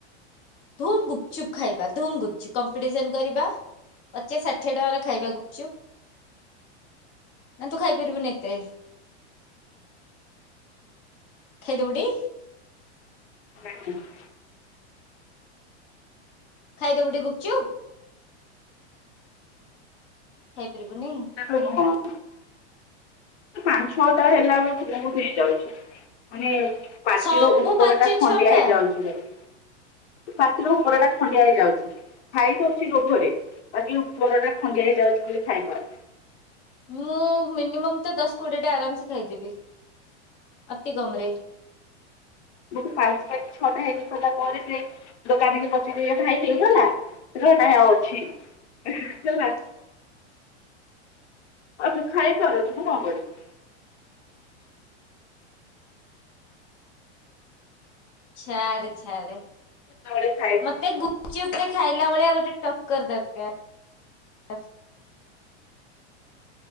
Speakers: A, on the left (about 35°); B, on the left (about 75°).
A: ଧୁମ୍ ଗୁପଚୁପ୍ ଖାଇବା ଧୁମ୍ ଗୁପଚୁପ୍ କମ୍ପିଟିସନ କରିବା। ପଚାଶ ଷାଠିଏ ଟଙ୍କାର ଖାଇବା ଗୁପଚୁପ୍। ନା ତୁ ଖାଇପାରିବୁନି ଏତେ? ଖାଇ ଦୋବୁଟି ଏତେ?
B: <unintelligible>
A: ଖାଇଦବୁଟି ଗୁପଚୁପ୍। ଖାଇପାରିବୁନି?
B: <unintelligible> ପାଞ୍ଚ ଛଅଟା ହେଲା ବେଳକୁ ବହୁତ ହେଇଯାଉଚି ମାନେ ପାଟିରୁ
A: ସବୁ
B: ଉପରଟା
A: ପାଞ୍ଚ
B: ଖଣ୍ଡିଆ
A: ଛଅ ଟା
B: ହେଇଯାଉଚି ଖାଲି। ପାଟିରୁ ଉପଟା ଖଣ୍ଡିଆ ହେଇ ଯାଉଚି। ଖାଇ ଦଉଛି ଲୋଭରେ ବାକି ଉପର ଟା ଖଡିଆ ହେଇଯାଉଚି ବୋଲି ଖାଇପାରୁ
A: ମୁଁ ମିନିମମ୍ ତ ଦଶ କୋଡିଏ ଟା ଆରାମସେ ଖାଇଦେବି ଅତି କମ ରେ।
B: ମୋଠୁ ପାଞ୍ଚଟା କି ଛଅଟା ହେଇ ସାରିଲ ପରେ ସିଏ ଦୋକାନିକି ପଚାରିବେ ଭାଇ ହେଇଗଲା। ହେଲା ନା ଆଉ ଅଛି। ହେଲା ଆ ମୁଁ ଖାଇପାରୁନି ମୁଁ କଣ କରିବି।
A: ଛାଡେ ଛାଡେ
B: କେତେବେଳେ ଖାଇବୁ
A: ମତେ ଗୁ ଚୁପ ରେ ଖାଇଲା ଭଳିଆ ଗୋଟେ ଟକ୍କର ଦରକାର।